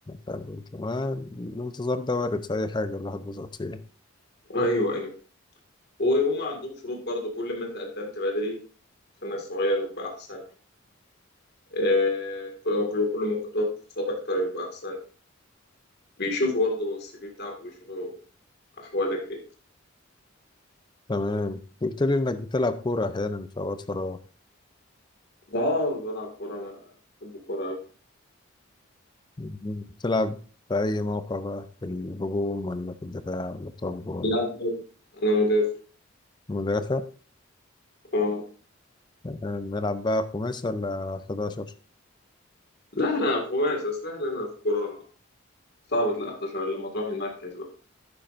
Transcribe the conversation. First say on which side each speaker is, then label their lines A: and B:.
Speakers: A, on the left; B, on the left.
A: طب تمام الانتظار ده وارد في أي حاجة الواحد بيسقط فيها
B: ايوه ايوه وهم عندهم شروط برضو كل ما انت قدمت بدري سنك صغير يبقى احسن آه، كل كل كل ما كنت واخد كورسات اكتر يبقى احسن بيشوفوا برضو السي في بتاعك وبيشوفوا احوالك ايه
A: تمام قلت لي إنك بتلعب كورة أحيانا في أوقات فراغ
B: اه بلعب كوره انا بحب الكوره أوي.
A: بتلعب في أي موقع بقى في الهجوم ولا في الدفاع ولا بتقف جول
B: لا انا مدافع
A: مدافع
B: اه
A: آه، بنلعب بقى خماسي ولا 11
B: لا لا خماسي اصل احنا هنا في كوره صعب تلاقي 11 لما تروح المركز بقى